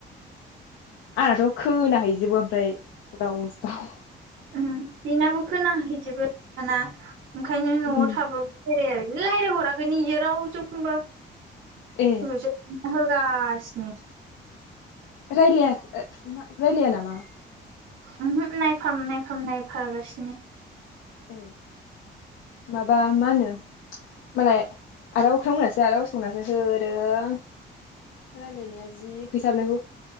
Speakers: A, on the left; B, on the right.
A: आंनाथ' खोनाहैजोबो ओमफ्राय ज्राव जाव
B: ओम बिनाबो खोनाहैजोबो दाना ओंखायनो न'आव
A: उम
B: थाबाबो बेराया रायज्लायहराखैनो इयो रावजोंबो
A: ए
B: <unintelligible> होगा सिनो
A: रायलाया ओ रायलाया नामा <inaudible>
B: ओमहो नायफाम नायफाम नायफागासिनो
A: ए माबा मा होनो मालाय आरो अख्रां मोनासो आदा असखमोनासो होदों रायजलायनाया जि फैसा हाबनांगौ